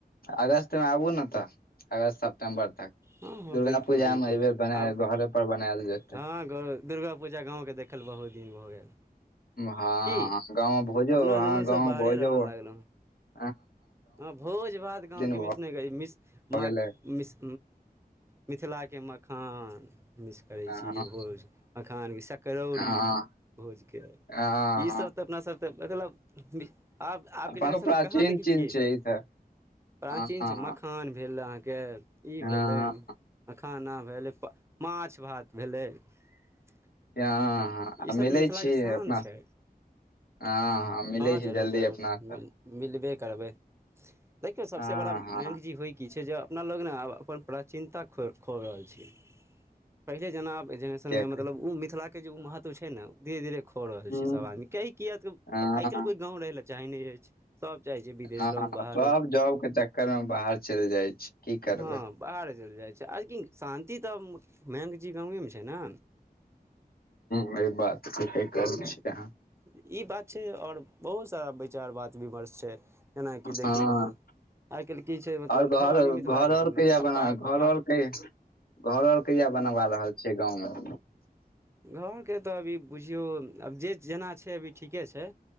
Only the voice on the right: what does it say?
हँ हँ
बिल्कुल
बिल्कुल
आब
हँ दुर्गा पूजा गाँव के देखल बहुत दिन भऽ गेल
की
अपना
दुनू
सब बाहरे
रहय लागलहुँ
हँ भोज भात गाँवके
मिसने कह मिश म
मिश मिथिलाके मखान मिस करैत
छी भोज मखान भसक करौड़ी
भोजक
ईसब तऽ अपना सब तऽ मतलब आब अब
के जेनरेशन
में कहा देख‌य
छी ई सब
प्राचीन
छै मखान भेल अहाँ के ई
भेलै मखाना भेलै प माछ भात भेलै ई
सभ
तऽ मिथिलाके
शान
छै
हँ
जरूर
जरूर
मिलबे करबै देखियौ सबसे
बड़ा
मैगजी होइ कि छै जे अपना लोग प्राचीनता खोइ रहल छियै पहिने जेना जेनेरेशनमे
मतलब ओ मिथिलाके जे ओ महत्व छै ने धीरे धीरे खो रहल छी
सभ आदमी कइ किएक तऽ
आइ काल्हि कोइ गाँव रहै लए चाहै नहि अछि सभ जाय छै विदेश
रहु बाहर
हँ बाहर चल जा आ शान्ति तऽ मैगजी गाँवमे मछै ने
ई बात छै आओर बहुत सारा विचार बात विमर्श छै केनाकि देखियौ
हम आइ काल्हि की छै मतलब
सभ आदमी
मिथिलाके
अथि
अप पाग
प
घरके तऽ अभी बुझियौ आब जे जेना छै अभी ठीके छै